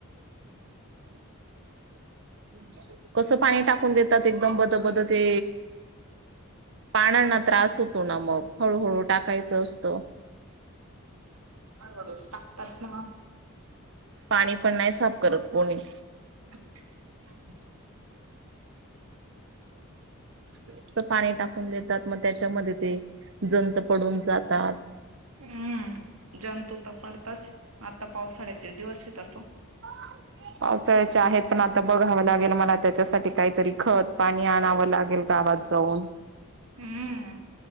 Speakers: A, on the right (about 55°); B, on the right (about 75°).
A: <inaudible> कसं पाणी टाकून देतात. एकदम बद बद ते पाण्यांना त्रास होतो ना मग, हळूहळू टाकायचं असतं.
B: हळूहळूच टाकतात ना.
A: पाणी पण नाही साफ करत कोणी.
B: <unintelligible>
A: नुसतं पाणी टाकून देतात, मग त्याच्यामध्ये ते जंत पडून जातात.
B: हम्म जंतू तर पडताच, आता पावसाळ्याचे दिवस आहेत तसं.
A: <unintelligible> पावसाळ्याच्या आहेत, पण आता बघावं लागेल मला त्याच्यासाठी काहीतरी खत, पाणी आणावं लागेल. गावात जाऊन
B: हम्म